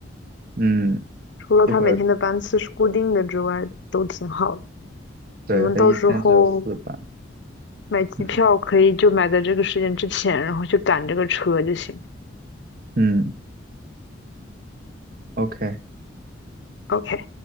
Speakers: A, on the right; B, on the left.
A: 嗯，
B: 除了他每天的班次是固定的之外，
A: 一会儿，
B: 都挺好的。
A: 对，
B: 你们到时候
A: 它一天只有四班。
B: 买机票可以就买在这个时间之前，
A: 嗯
B: 然后去赶这个车就行。
A: 嗯，OK。
B: OK